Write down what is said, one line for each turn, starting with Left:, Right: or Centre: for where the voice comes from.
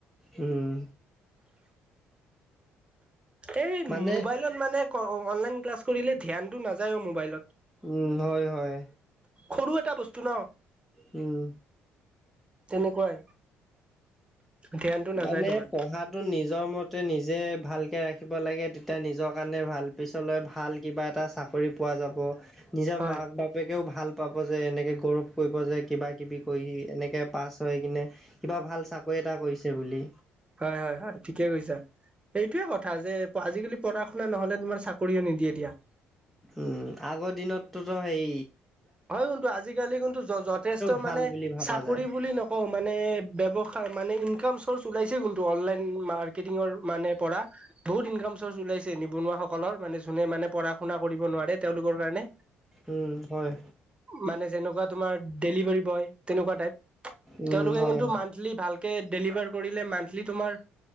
Centre: উম।
Right: এই
Centre: মানে
Right: মোবাইলত। মানে অনলাইন ক্লাছ কৰিলে ধ্যানটো নাযায় অ মোবাইলত।
Centre: উম হয় হয়।
Right: সৰু এটা বস্তু ন।
Centre: উম।
Right: তেনেকুৱাই। ধ্যানটো নাযায়
Centre: মানে
Right: তোমাৰ
Centre: পঢ়াটো নিজৰ মতে নিজে ভালকে ৰাখিব লাগে। এতিয়া নিজৰ কাৰণে ভাল পিছলৈ ভাল কিবা এটা চাকৰি পোৱা যাব নিজৰ
Right: হয়
Centre: মাক বাপ। বাপেকেও ভাল পাব যে এনেকৈ গৌৰৱ কৰিব যে কিবা কিবি কৰি এনেকৈ পাছ। হৈ কিনে কিবা ভাল চাকৰি এটা কৰিছে বুলি।
Right: হয় হয় হয় ঠিকে কৈছা। এইটোৱে কথা যে আজিকালি পঢ়া শুনা নহলে তোমাৰ চাকৰিয়ও নিদিয়ে এতিয়া।
Centre: উম আগৰ দিনততোত সেই।
Right: হয় কিন্তু আজিকালি কিন্তু য যথেষ্ট
Centre: ভাল
Right: মানে
Centre: বুলি ভাবা
Right: চাকৰি
Centre: যায়।
Right: বুলি নক। অ মানে ব্যৱসায় মানে ইনকাম চৰ্চ ওলাইছে কিনটো অনলাইন মাৰ্কেটিঙৰ মানে পৰা। বহুত ইনকাম চৰ্চ ওলাইছে নিবনুৱাাসকলৰ মানে যোনে মানে পঢ়া শুনা কৰিব নোৱাৰে তেওঁলোকৰ কাৰণে
Centre: উম হয়।
Right: মানে যেনেকুৱা তমাৰ দেলিভাৰী বয় তেনেকুৱা তাইব
Centre: উম,
Right: তেওঁলোক
Centre: হয়।
Right: কিন্তু মণ্ঠ। বুলি ভালকে দেলিভাৰ কৰিলে মণ্ঠলি তোমাৰ।